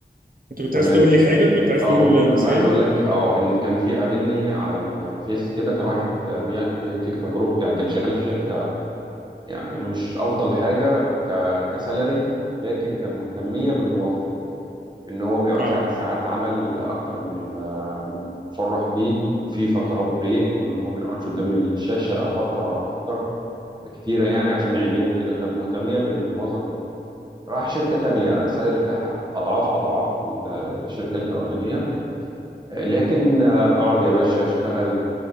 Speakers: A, on the right; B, on the right.
A: انت كنت
B: تمام
A: عايز تقول لي حاجه كنت عايز
B: اه
A: تقول
B: كنت
A: مثال
B: عايز اقول لك اه ان كان في قابلني على الفيس كده كان واحد بي- بيحكي تجربته يعني كان شغال في شركه يعني مش افضل حاجه ك كسالري لكن كان مهتميه بالموظف ان هو ما يقعدش
A: اه
B: عدد ساعات عمل اكتر من ال- من المصرح بيه وفي فترات بريك وان هو ما يقعدش قدام الشاشه فتره اكتر كتيرة يعني عشان عينيه وكده كانت مهتمية بالموظف أكتر راح شركة تانية السالري بتاعها أضعاف أضعاف ال- الشركة الأولانية آه، لكن آه، أقعد يا باشا أشتغل